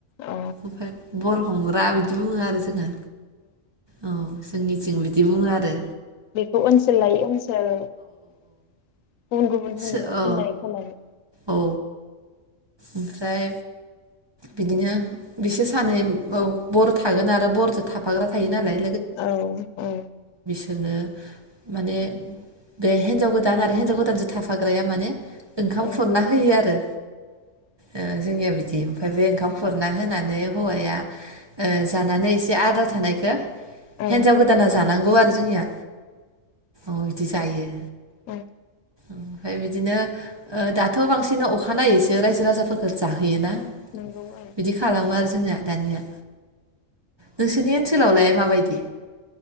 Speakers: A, on the left; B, on the right.
A: औ
B: ओमफाय <unintelligible> बा बिदिबुङोआरो जोंङो। औ जोंनिथिं बिदिबुङोआरो।
A: खौ ओनसोल लायै ओनसोल गुबुन गुबुन
B: सो
A: होनो होन्नाय
B: औ
A: खोनायो।
B: औ ओमफ्राय बिदिनो बिसोर सानै औ बर थागोन आरो बरदो थाफाग्रा थोयोनालाय।
A: औ औ।
B: दोङो माने बे हेनजावगोदान आरो हेनजावगोदानजो थाफाग्राया माने ओंखाम
A: औ
B: खुरनाहोयोआरो ओह जोंनियाबिदि ओमफाय बे ओखाम खुरनाहोनानै हौवाया ओह जानानै एसे आदरा थानायखो
A: औ
B: हेन्जाव गोदाना जान नांगौआरो जोंनिया। औ दि जायो।
A: उम
B: ओमफाय बिदिनो ओ दाथ' बांसिन अखानायैसो रायजो राजाफोरखौ जाहोयोना?
A: नंगौ औ
B: बिदि खालामो आरोखि जोंना दानिया नोंसोरनि ओनसोलावलाय माबायदि?